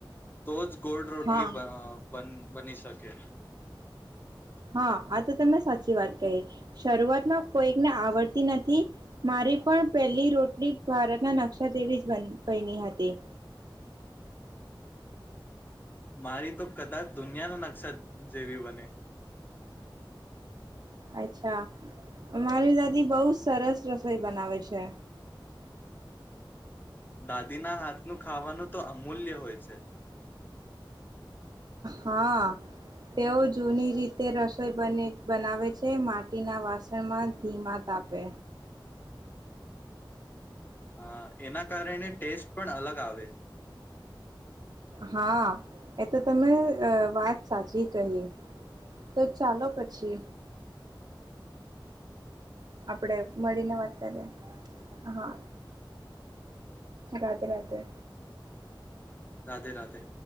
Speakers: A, on the left (about 25°); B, on the right (about 55°).
A: તો જ ગોળ રોટલી
B: હા
A: બ બની શકે.
B: હા આ તો તમે સાચી વાત કહી શરૂઆતમાં કોઈકને આવડતી નથી મારી પણ પહેલી રોટલી ભારતના નકશા જેવી જ બની હતી.
A: મારી તો કદાચ દુનિયાનો નકશા જેવી બને.
B: અચ્છા મારી દાદી બહ સરસ રસોઈ બનાવે છે.
A: દાદીના હાથનું ખાવાનું તો અમૂલ્ય હોય છે.
B: હા તેઓ જૂની રીતે રસોઈ બને બનાવે છે માટીના વાસણમાં ધીમા તાપે.
A: હા એના કારણે ટેસ્ટ પણ અલગ આવે.
B: હા એ તો તમે વાત સાચી કહી તો ચાલો પછી આપડે મળીને વાત કરીએ હા. રાધે રાધે.
A: રાધે રાધે.